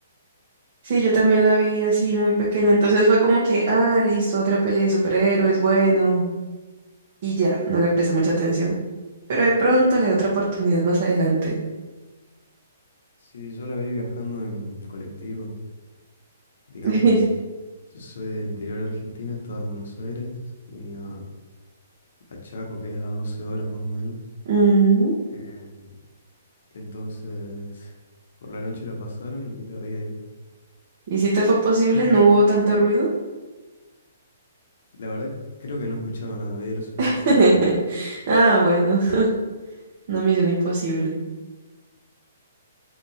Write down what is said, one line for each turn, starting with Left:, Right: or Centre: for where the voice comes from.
Right: sí, yo también la vi así muy pequeña, entonces fue como que, ah, listo, otra peli de superhéroes, bueno, y ya, no le presté mucha atención.
Left: S-
Right: Pero de pronto le doy otra oportunidad más adelante.
Left: Sí, yo la vi viajando en colectivo. Digamos,
Right: <laughs>
Left: yo soy del interior de Argentina, estaba en Buenos Aires, venía a Chaco, que es a 12 horas más o menos.
Right: Mm,
Left: Em, entonces, por la noche la pasaron y la vi ahí.
Right: ¿Y si te fue posible?
Left: <laughs>
Right: ¿No hubo tanto ruido?
Left: La verdad, creo que no escuchaba nada, veía los subtítulos
Right: <laughs>
Left: nomás.
Right: Ah, bueno, <laughs> no, misión imposible.